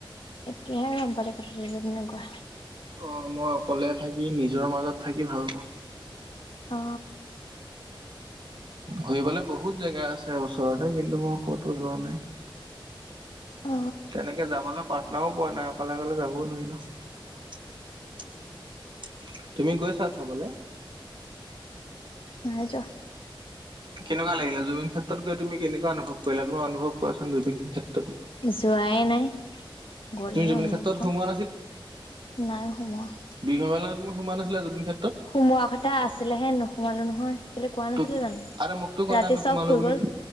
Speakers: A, on the left (about 75°); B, on the right (about 65°).
A: এতিয়াহে গম পালো কথাটো যে তেনেকুৱা।
B: অ মই অকলে থাকি নিজৰ মাজত থাকি ভাল পাওঁ।
A: অ
B: ঘুৰিবলৈ বহুত জেগা আছে ওচৰতে কিন্তু মই কতো যোৱা নাই।
A: অ
B: তেনেকে যাবলে পাটনাও পোৱা নাই অকলে অকলে যাবও নোৱাৰি ন। তুমি গৈছা চাবলে?
A: নাই যোৱা।
B: কেনেকুৱা লাগিলে জুবিন ক্ষেত গৈ তুমি কেনেকুৱা অনুভৱ কৰিলা তোমাৰ অনুভৱ কোৱা চুন জুবিন ক্ষেত-
A: যোৱাই নাই গ'লেহে
B: তুমি জুবিন
A: অনুভৱ
B: ক্ষেত্ৰত
A: কম
B: সোমোৱা
A: নাই সোমোৱা।
B: বিঘমেলাত সোমোৱা নাছিলা জবিন ক্ষেতত?
A: সোমোৱা কথা আছিলেহে নোসোমালো নহয়। কেলে কোৱা নাছিলোঁ
B: তোক
A: জানো
B: আৰে মোকতো কোৱা
A: ৰাতি
B: নাই নোসোমালো
A: চব শুই
B: বুলি
A: গ'ল।